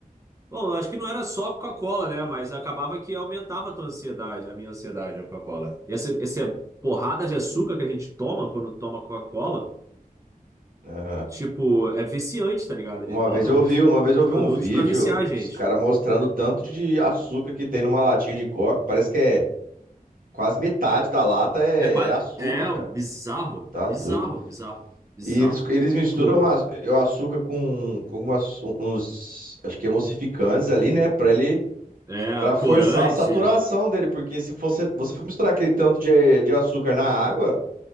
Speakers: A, on the right (about 20°); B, on the right (about 70°).
A: Bom, eu acho que não era só Coca-Cola, né? Mas acabava que aumentava a tua ansiedade, a minha ansiedade, a Coca-Cola. E essa, essa porrada de açúcar que a gente toma quando toma Coca-Cola.
B: Aham.
A: Tipo, é viciante, tá ligado? Eles
B: Uma
A: botam
B: vez eu
A: isso
B: vi, uma
A: nos,
B: vez
A: nos
B: eu vi
A: produtos
B: um vídeo
A: pra viciar a gente.
B: dos caras mostrando o tanto de açúcar que tem numa latinha de Coca. Parece que é quase metade da lata é,
A: É, qua-
B: é açúcar,
A: é
B: cara.
A: bizarro,
B: Tá
A: bizarro,
B: doido.
A: bizarro, bizarro.
B: E eles, eles misturam
A: Cor,
B: a- o açúcar com, com algumas, uns, acho que emulsificantes ali, né? Pra ele,
A: é,
B: pra forçar
A: corante,
B: a saturação dele. Porque se você, você for misturar aquele tanto de, de açúcar na água,